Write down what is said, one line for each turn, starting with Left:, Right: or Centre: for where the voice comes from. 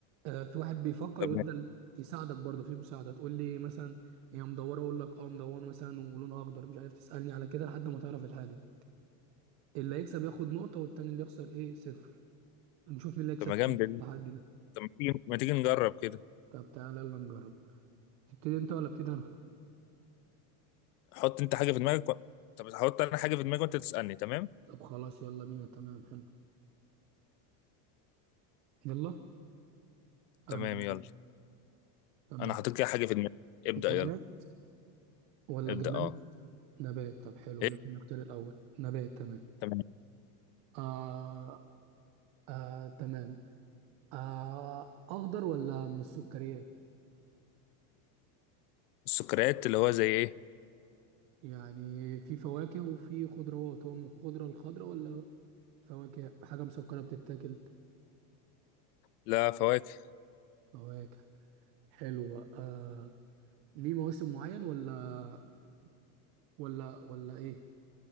Right: آه، في واحد بيفكر
Left: تمام
Right: ويفضل يساعدك برضه في مساعده تقول لي مثلا هي مدوره اقول لك اه مدوره مثلا ولونها اخضر مش عارف تسألني على كده لحد ما تعرف الحاجه اللي هيكسب ياخد نقطه والتاني اللي يخسر ايه صفر نشوف مين اللي هيكسب
Left: طب ما
Right: في
Left: جامده دي
Right: التحدي ده
Left: طب ما تيجي ما تيجي نجرب كده
Right: طب تعالى يلا نجرب تبتدي انت ولا ابتدي انا
Left: حط انت حاجه في دماغك و... طب هحط انا حاجه في دماغي وانت تسالني تمام
Right: طب خلاص يلا بينا تمام حلو يلا انا
Left: تمام يلا
Right: تمام
Left: انا حطيت كده حاجه في دماغي ابدا
Right: نبات
Left: يلا
Right: ولا
Left: ابدا
Right: جماد
Left: اه
Right: نبات طب حلو
Left: ايه
Right: جبنا نختار الاول نبات تمام
Left: تمام
Right: آه آه تمام آه أخضر ولا من السكريات؟
Left: السكريات اللي هو زي ايه
Right: يعني في فواكه وفي خضروات هو من الخضرة الخضرة ولا فواكه حاجة مسكرة بتتاكل؟
Left: لا فواكه
Right: فواكه حلو آه ليه مواسم معين ولا ولا ولا إيه؟